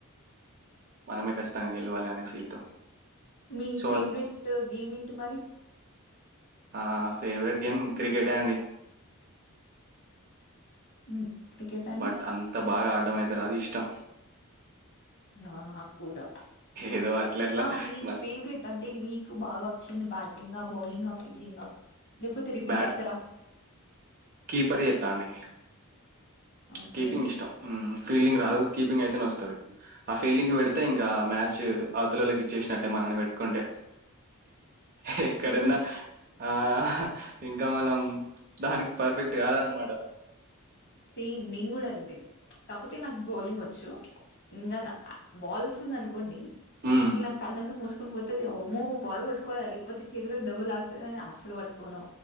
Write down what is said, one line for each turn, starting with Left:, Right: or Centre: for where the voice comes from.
Right: మనమే ఖచ్చితంగా గెల్వాలి అనే ఫీల్ తో
Left: మీ
Right: సో
Left: ఫేవ్రేట్టూ గేమ్ ఏంటి మరీ
Right: ఆహ్ ఫేవర్ట్ గేమ్ క్రికెటే అండీ
Left: హ్మ్ క్రికెట్ అండ్
Right: బట్ అంత బాగా ఆ డ్డమయితే రాదు ఇష్టం.
Left: ఆ నాక్కూడా,
Right: ఏదో అట్ల అట్లా
Left: ఆ మీ
Right: మరి
Left: ఫేవరెట్ అంటే మీకు బాగా వచ్చిం ది బ్యాటింగా, బౌలింగా, ఫీల్డింగా? లేపోతే రివ్యూ
Right: బ్యాట్
Left: ఇస్తరా?
Right: కీపర్ చేత్తా నే
Left: ఓకే
Right: కీపింగ్ ఇష్టం మ్మ్ ఫీల్డింగ్ రాదు, కీపింగ్ అయితేనే వస్తది. ఆ ఫీల్డింగ్ పెడితే ఇంకా మ్యాచ్ అవ్తలోల్లకి ఇచ్చేసినట్టే మనని పెట్ కుంటే హెక్కడున్నా
Left: గుడ్
Right: ఆ ఇంకా మనం దానికి పర్ఫెక్టూ గాదన్న మాట
Left: సేమ్ నేం గూడ అంతే. కాకపోతే నాక్ బౌలింగ్ వచ్చు, ఇంగ బాల్ వస్తుందనుకోండి
Right: ఉమ్,
Left: అస్సల్ నా కళ్ళెందుకు మూసు కున్ పోతదేమో మూవ్ బాల్ వట్కోవాలి అరిగి పొతే చేతులకి దెబ్బల్ తాక్తది అనీ అసల్ పట్కోను.